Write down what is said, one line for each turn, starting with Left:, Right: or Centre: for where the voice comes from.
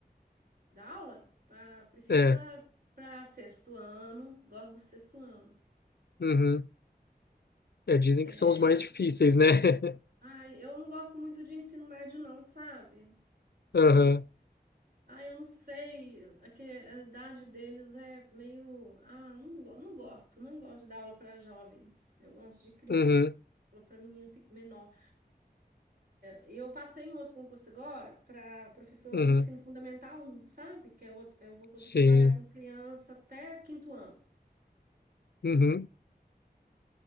Right: Dá aula? Pra- prefiro
Left: É,
Right: para para sexto ano, gosto do sexto ano.
Left: uhum. É, dizem que
Right: É,
Left: são os mais difíceis, né? <laughs>
Right: Ai, eu não gosto muito de ensino médio, não, sabe?
Left: Aham,
Right: Ai, eu não sei. É que A idade deles é meio. Ah, não, go- não gosto. Não gosto de dar aula para jovens. Eu gosto de criança.
Left: uhum,
Right: Aula para menino pe- menor. Eu passei em outro concurso agora para professor
Left: uhum,
Right: de ensino fundamental um sabe? Que é outro, eu vou poder
Left: sim,
Right: trabalhar com criança até quinto ano.
Left: uhum.